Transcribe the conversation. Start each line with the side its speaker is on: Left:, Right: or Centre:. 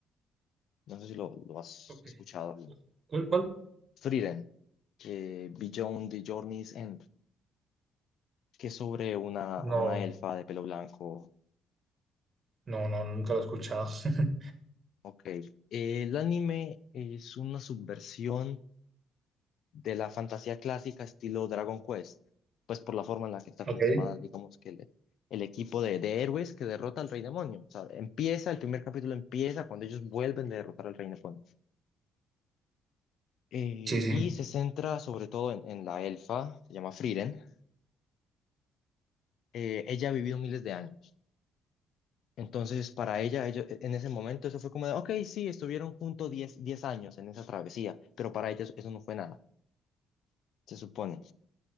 Left: No sé si lo, lo has
Right: Ok.
Left: escuchado hablar.
Right: ¿Cuál, cuál?
Left: Frieren, eh, Beyond the Journey's End. que es sobre una,
Right: No,
Left: una elfa de pelo blanco.
Right: no, no, nunca lo he escuchado. <laughs>
Left: Ok. Eh, el anime es una subversión de la fantasía clásica estilo Dragon Quest, pues por la forma en la que está conformada,
Right: Ok,
Left: digamos que el, el equipo de, de héroes que derrota al rey demonio. O sea, empieza, el primer capítulo empieza cuando ellos vuelven de derrotar al rey demonio. Eh,
Right: sí, sí,
Left: y se centra sobre todo en, en la elfa, se llama Frieren. Eh, ella ha vivido miles de años. Entonces, para ella, ello- e, en ese momento, eso fue como de, ok, sí, estuvieron juntos diez diez años en esa travesía, pero para ella eso, eso no fue nada, se supone.